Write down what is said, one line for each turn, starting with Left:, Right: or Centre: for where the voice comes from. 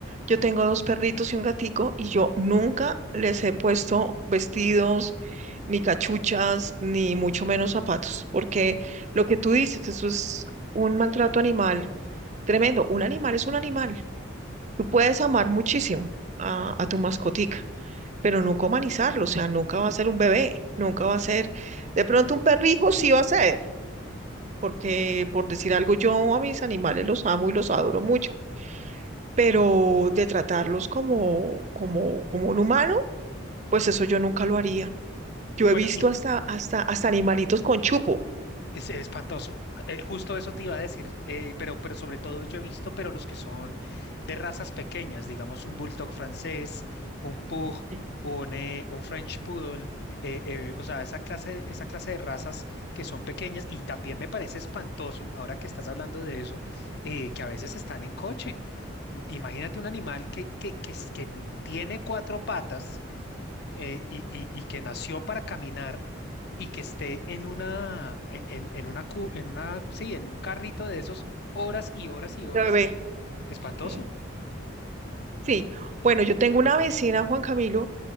Right: Yo tengo dos perritos y un gatico y yo nunca les he puesto vestidos, ni cachuchas, ni mucho menos zapatos, porque lo que tú dices, eso es un maltrato animal tremendo. Un animal es un animal. Tú puedes amar muchísimo a, a tu mascotica pero nunca humanizarlo, o sea, nunca va a ser un bebé, nunca va a ser, de pronto un perrijo sí va a ser, porque por decir algo, yo a mis animales los amo y los adoro mucho, pero de tratarlos como, como, como un humano, pues eso yo nunca lo haría. Yo
Left: Bueno,
Right: he visto
Left: y,
Right: hasta, hasta, hasta animalitos con chupo,
Left: Es espantoso. Eh, justo eso te iba a decir, eh, pero, pero sobre todo yo he visto, pero los que son de razas pequeñas, digamos un bulldog francés, un pug,
Right: Sí.
Left: un, eh, un French poodle, eh, eh, o sea, esa clase, esa clase de razas que son pequeñas y también me parece espantoso, ahora que estás hablando de eso, eh, que a veces están en coche. M- Imagínate un animal que, que, que, es- que tiene cuatro patas eh, y, y- y que nació para caminar y que esté en una, e- en, en una, cu- en una, sí, en un carrito de esos horas y horas y
Right: de
Left: horas,
Right: bebé.
Left: espantoso.
Right: ¿sí? Sí, bueno, yo tengo una vecina, Juan Camilo,